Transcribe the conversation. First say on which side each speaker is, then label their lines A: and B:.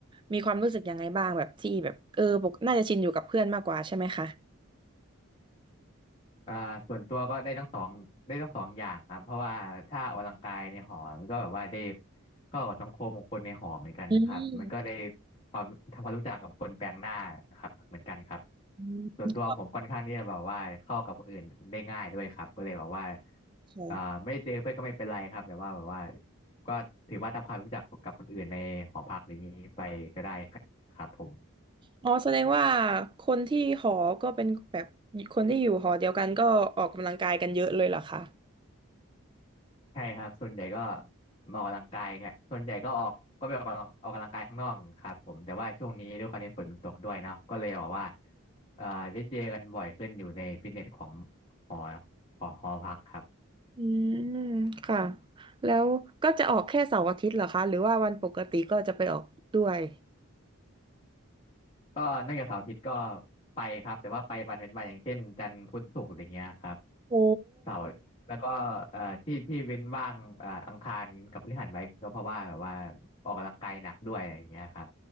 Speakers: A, on the right; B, on the left.
A: มีความรู้สึกยังไงบ้างแบบที่แบบเออปกน่าจะชินอยู่กับเพื่อนมากกว่าใช่ไหมคะ
B: อ่าส่วนตัวก็ได้ทั้งสองได้ทั้งสองอย่างครับเพราะว่าถ้าออกกำลังกายในหอมันก็แบบว่าได้เข้ากับสังคมของคนในหอเหมือนกันครับมันก็ได้
A: อืม
B: ความทำความรู้จักกับคนแปลกหน้าครับเหมือนกันครับ
A: อื
B: ส่วนตัวผมค่อนข้างที่จะแบบว่าเข้ากับคนอื่นได้ง่ายด้วยครับก็เลยแบบว่า
A: มค่ะ
B: อ่าไม่ได้เจอเพื่อนก็ไม่เป็นไรครับแต่ว่าแบบว่าก็ถือว่าทำความรู้จักกับคนอื่นในหอพักอะไรอย่างนี้ไปก็ได้ครับผม
A: อ๋อแสดงว่าคนที่หอก็เป็นแบบคนที่อยู่หอเดียวกันก็ออกกำลังกายกันเยอะเลยเหรอคะ
B: ใช่ครับส่วนใหญ่ก็มาออกกำลังกายครับส่วนใหญ่ก็ออกก็ไปออกกำลังออกกำลังกายข้างนอกครับผมแต่ว่าช่วงนี้ด้วยความที่ฝนมันตกด้วยเนาะก็เลยบอกว่าเอ่อได้เจอกันบ่อยขึ้นอยู่ในฟิตเนสของหอของหอพักครับ
A: อืมค่ะแล้วก็จะออกแค่เสาร์อาทิตย์เหรอคะหรือว่าวันปกติก็จะไปออกด้วย
B: ก็นอกจากเสาร์อาทิตย์ก็ไปครับแต่ว่าไปวันเว้นวันอย่างเช่นจันทร์พุธศุกร์อะไรเงี้ยครับ
A: โอ้
B: เสาร์แล้วก็เอ่อที่ที่เว้นว่างเอ่ออังคารกับพฤหัสไว้ก็เพราะว่าแบบว่าออกกำลังกายหนักด้วยอะไรเงี้ยครับ